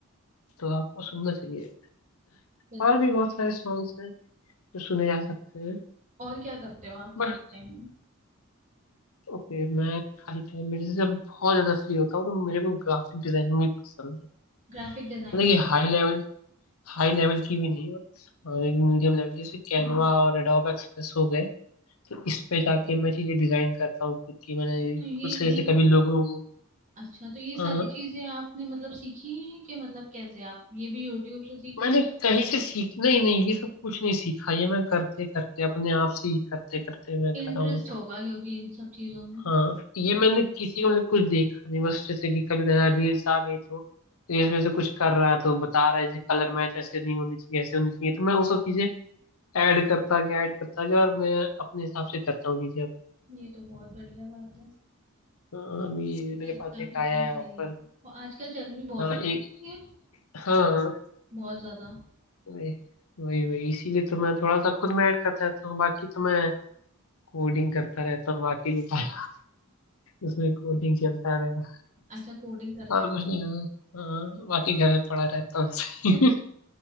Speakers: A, on the left; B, on the right.
A: तो आपको सुनना चाहिए
B: बिल्कुल
A: और भी बहुत सारे सॉन्ग्स हैं जो सुने जा सकते हैं
B: और क्या करते हो आप
A: बट
B: खाली टाइम में
A: ओके मैं खाली टाइम में जैसे जब बहुत ज्यादा फ्री होता हूँ तो मेरे को ग्राफिक डिजाइनिंग भी पसंद है
B: Graphic designing
A: मतलब ये हाई लेवल हाई लेवल की भी नहीं और एक मीडियम लेवल की, जैसे कैनवा और एडोब एक्सप्रेस हो गए तो इस पे जाके मैं चीजें डिजाइन करता हूँ खुद की मैंने ये खुद
B: ये
A: से जैसे
B: ये
A: कभी लोगों को
B: अच्छा तो ये सारी
A: हाँ
B: चीजें आपने मतलब सीखी हैं कि मतलब कैसे आप ये भी यूट्यूब से सीख
A: मैंने
B: रहे हो
A: कहीं से सीखना ही नहीं ये सब कुछ नहीं सीखा ये मैं करते करते अपने आप से ही करते करते मैं
B: इंटरेस्ट
A: करा हूँ
B: होगा क्योंकि इन सब चीजों में
A: हाँ ये मैंने किसी को ने कुछ देखा नहीं बस जैसे कि कभी कभी रील्स आ गई तो रील्स में से कुछ कर रहा है तो बता रहा है जैसे कलर मैच ऐसे नहीं होनी चाहिए ऐसे होनी चाहिए तो मैं वो सब चीजें ऐड करता गया ऐड करता गया और मैं अपने हिसाब से करता हूँ चीजें अब
B: ये तो बहुत बढ़िया बात है
A: हाँ, अभी
B: ये तो
A: मेरे पास
B: काफी
A: एक आया
B: चीज
A: है
B: है
A: ऑफर
B: ये और आजकल चल भी बहुत
A: हाँ एक
B: ये
A: हाँ हाँ,
B: बहुत ज्यादा
A: वही वही वही, इसीलिए तो मैं थोड़ा सा खुद में ऐड करता रहता हूँ बाकी तो मैं कोडिंग करता रहता हूँ बाकी जो टाइम उसमें कोडिंग चलता है मेरा
B: अच्छा कोडिंग करते
A: और कुछ नहीं होता। हाँ, बाकी घर में पड़ा रहता हूँ ऐसे ही।
B: हो